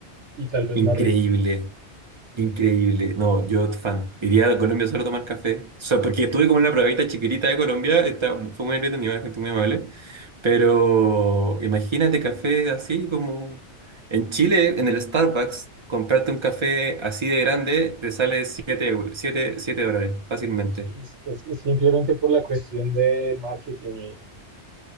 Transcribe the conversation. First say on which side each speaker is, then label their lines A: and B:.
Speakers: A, on the right; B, on the right.
A: y tal vez
B: increíble.
A: más rico.
B: Increíble. No, yo fan. Iría a Colombia solo a tomar café. O sea, porque estuve como en una probadita chiquitita de Colombia. Está, fue muy entretenido, la gente muy amable. Pero imagínate café así como en Chile, en el Starbucks, comprarte un café así de grande te sale 7 euros, siete siete dólares fácilmente.
A: Sí, es, es- es simplemente por la cuestión de marketing y